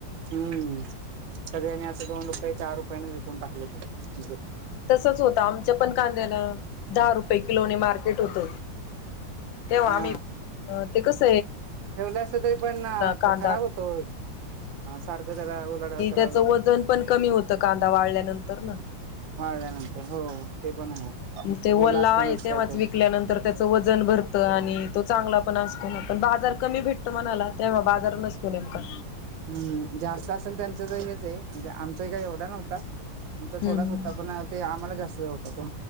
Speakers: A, on the right; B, on the left.
A: हम्म सगळ्यांनी असं दोन रुपये चार रुपयाने विकून टाकले तेथे
B: तसच होतं आमच्या पण कांद्याला दहा रुपये किलोने मार्केट होतं तेव्हा
A: हा
B: आम्ही ते कस
A: ठेवलं असत तरी पण
B: कांदा
A: खराब होतो सारखं जरा उलाढाल कर
B: त्याच वजन पण कमी होत कांदा वाढल्यानंतर ना
A: वाढल्यानंतर हो ते पण आहे
B: ते वला
A: ओला असतानाच
B: आहे तेव्हाच
A: काय तर
B: विकल्यानंतर त्याचं वजन भरतं आणि तो चांगला पण असतो ना पण बाजार कमी भेटतो मणाला तेव्हा बाजार नसतो नेमका
A: हम्म जास्त असेल त्यांचं तर हेच आहे म्हणजे आमचा काही एवढा नव्हता आमचा
B: हम्म
A: थोडाच होता पण ते आम्हाला जास्त होत तो